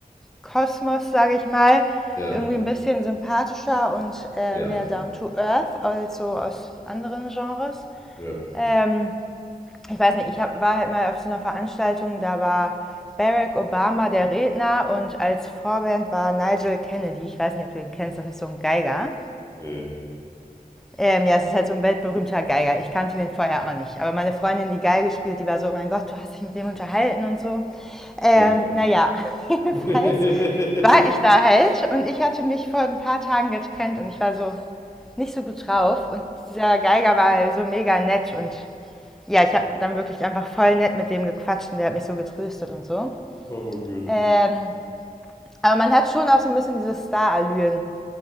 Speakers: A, in the centre; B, on the left.
A: Kosmos, sage ich mal,
B: Ja,
A: irgendwie ein bisschen sympathischer und äh,
B: ja,
A: mehr down to earth, also aus anderen Genres.
B: ja.
A: Ähm, ich weiß nicht, ich hab, war halt mal auf so einer Veranstaltung, da war Barack Obama der Redner und als Vorband war Nigel Kennedy. Ich weiß nicht, ob du den kennst, das ist so ein Geiger.
B: Ja.
A: Ähm, ja, es ist halt so ein weltberühmter Geiger. Ich kannte den vorher auch nicht. Aber meine Freundin, die Geige spielt, die war so, mein Gott, du hast dich mit dem unterhalten und so. Ähm,
B: Ja.
A: naja, <laughs> jedenfalls
B: <laughs>
A: war ich da halt und ich hatte mich vor ein paar Tagen getrennt und ich war so nicht so gut drauf. Und dieser Geiger war halt so mega nett und ja, ich habe dann wirklich einfach voll nett mit dem gequatscht und der hat mich so getröstet und so.
B: Oh, voll cute.
A: Ähm, aber man hat schon auch so ein bisschen diese Star-Allüren